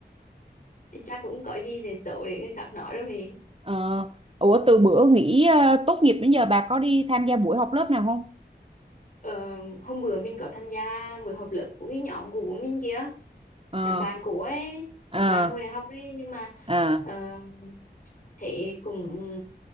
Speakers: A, on the left; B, on the right.
A: chắc cũng có gì để xấu để người khác nói đâu thì
B: Ờ, ủa từ bữa nghỉ ờ, tốt nghiệp đến giờ bà có đi tham gia buổi họp lớp nào không?
A: Ờ, hôm bữa mình có tham gia buổi họp lớp của cái nhóm cũ của mình kia
B: Ờ
A: nhóm bạn cũ ấy
B: ờ
A: nhóm bạn hồi đại học đấy nhưng mà
B: ờ
A: ờ, thế cũng